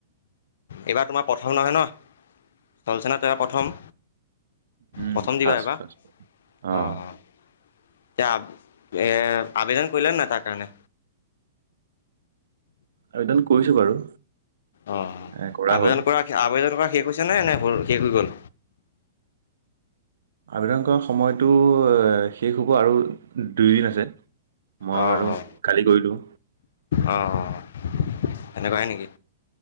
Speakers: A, on the left; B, on the right.
A: এইবাৰ তোমাৰ প্ৰথম নহয় ন? চলচেন <inaudible> ত‌ই প্ৰথম?
B: উম,
A: প্ৰথম
B: ফাৰ্ষ্ট
A: দিবা এইবাৰ?
B: ফাৰ্ষ্ট
A: অ'-অ'
B: অ',
A: <unintelligible> এ আবেদন কৰিলা নাই তাৰ কাৰণে?
B: আবেদন কৰিছো বাৰু।
A: অঁ
B: এ
A: <inaudible> আবেদন
B: হ'ল।
A: কৰা, আবেদন কৰা শেষ হৈছে নে, নে হ'ল শেষ হৈ গ'ল?
B: আবেদন কৰা সময়টো শেষ আৰু দুইদিন আছে মই
A: অ'
B: আৰু
A: অ'
B: কালি কৰিলোঁ।
A: অ' সেনেকুৱাই নেকি?